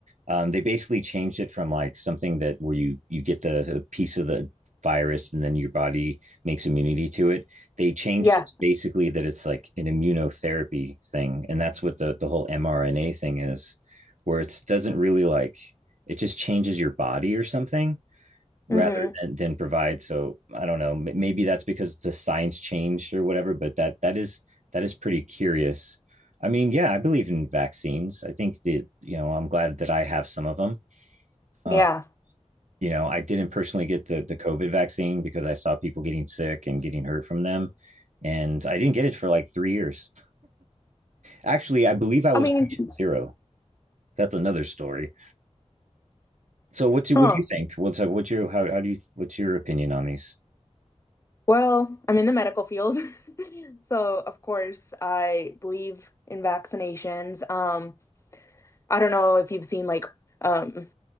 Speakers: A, on the right; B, on the left.
A: Um, they basically changed it from like something that where you you get the, the piece of the virus and then your body makes immunity to it. They changed
B: Yeah.
A: it to basically that it's like an immunotherapy thing, and that's what the the whole mRNA thing is, where it doesn't really like it just changes your body or something rather
B: Mm-hmm.
A: than than provide. So I don't know. Maybe that's because the science changed or whatever. But that that is that is pretty curious. I mean, yeah, I believe in vaccines. I think that you know I'm glad that I have some of them.
B: Yeah.
A: Uh, you know, I didn't personally get the the COVID vaccine because I saw people getting sick and getting hurt from them, and I didn't get it for like three years. Actually, I believe I was
B: I mean,
A: patient zero. That's another story. So what do what
B: huh.
A: do you think? What's like? What's your how how do you what's your opinion on these?
B: Well, I'm in the medical field. <laughs> So, of course, I believe in vaccinations. Um, I don't know if you've seen like um